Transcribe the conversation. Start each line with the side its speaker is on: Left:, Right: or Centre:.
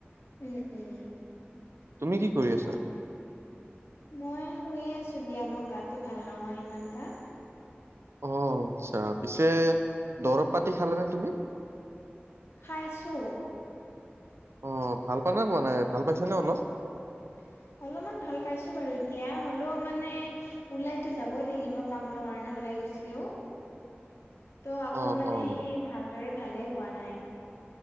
Left: উম, উম,
Right: তুমি কি কৰি
Left: আচ্ছা।
Right: আছা?
Left: মই শুয়ে আছোঁ দিয়া, মোৰ গাটো ভাল নহয় ইমানটা।
Right: অ'আচ্ছা, পিছে দৰৱ পাতি খালা নে তুমি?
Left: খাইছো।
Right: অ'ভাল পা নাই পোৱা নাই ভাল পাইছা নে অলপ?
Left: <inaudible> অলপমান ভাল পাইছো বাৰু এতিয়া হলেও মানে ওলাইতো যাবই লাগিব কামৰ কাৰণে ওল ওলাই গৈছিলো। ত' আকৌ
Right: অ',
Left: মানে
Right: অ'।
Left: সেই ভালদৰে ভালেই হোৱা নাই।